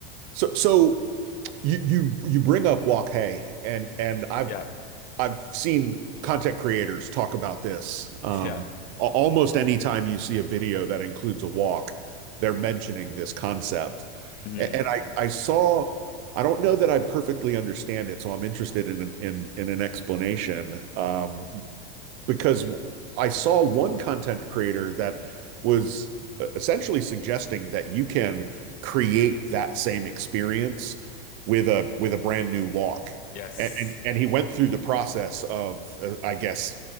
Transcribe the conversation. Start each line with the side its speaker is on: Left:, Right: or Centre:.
Right: So so you you you bring up Wok Hey, and and I've
Left: Yeah.
Right: I've seen content creators talk about this. Um,
Left: <laughs> Yeah.
Right: Almost any time you see a video that includes a wok, they're mentioning this concept.
Left: hmm
Right: A- And I, I saw, I don't know that I perfectly understand it, so I'm interested in in in an explanation. Um, because I saw one content creator that was e, essentially suggesting that you can create that same experience with a with a brand new walk.
Left: Yes.
Right: And and he went through the process of uh, I guess